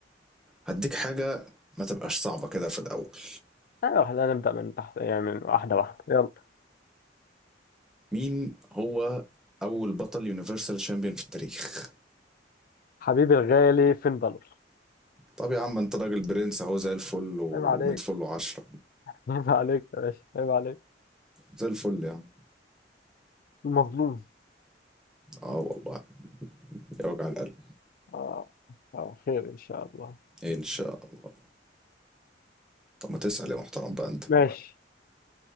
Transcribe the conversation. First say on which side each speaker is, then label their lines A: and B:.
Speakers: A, in the centre; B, on the left.
A: هديك حاجه ما تبقاش صعبه كده في الاول
B: ايوه خلينا نبدأ من تحت يعني من واحدة واحدة يلا
A: مين هو اول بطل يونيفرسال شامبيون في التاريخ
B: حبيبي الغالي فين بالور
A: طب يا عم انت راجل برنس اهو زي الفل
B: عيب عليك
A: و100 فل و10
B: <laughs> عيب عليك يا باشا عيب عليك
A: زي الفل يا عم
B: المظلوم
A: اه والله يا وجع القلب
B: اه اه خير ان شاء الله
A: ان شاء الله طب ما تسأل يا محترم بقى انت
B: ماشي